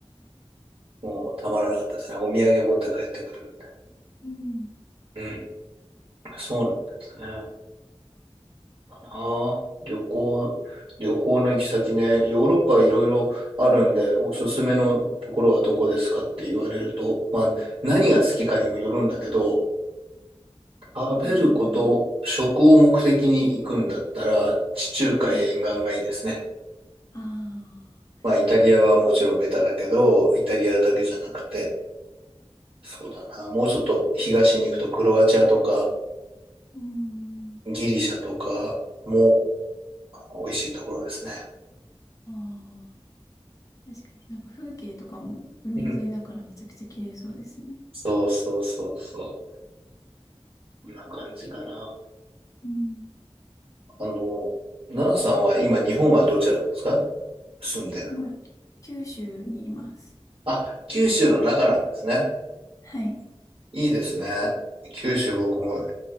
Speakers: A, on the right; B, on the left.
A: もう、たまらなかったですね。お土産持って帰ってくるみたい
B: うん。
A: な。うん。そうなんですね。ああ、旅行、旅行の行き先ね、ヨーロッパいろいろあるんで、おすすめのところはどこですかって言われると、まあ、何が好きかにもよるんだけど、
B: うん。
A: 食べること、
B: おー、
A: 食を目的に行くんだったら、地中海沿岸がいいですね。
B: はい。ああ、確かに。
A: まあ、イタリアはもちろんベタだけど、イタリアだけじゃなくて、そうだな、もうちょっと東に行くとクロアチアとか、
B: うん。
A: ギリシャとかも美味しいところですね。
B: ああ、確かに。なんか風景とかも海沿いだからめちゃくちゃ綺麗そうですね。
A: うん。そうそうそうそう。こんな感じかな。
B: うん。
A: あの、奈良さんは今日本はどちらなんですか住んでるの。
B: 今、九州にいます。
A: あ、九州の中なんですね。
B: はい。はい。
A: いいですね。九州僕も、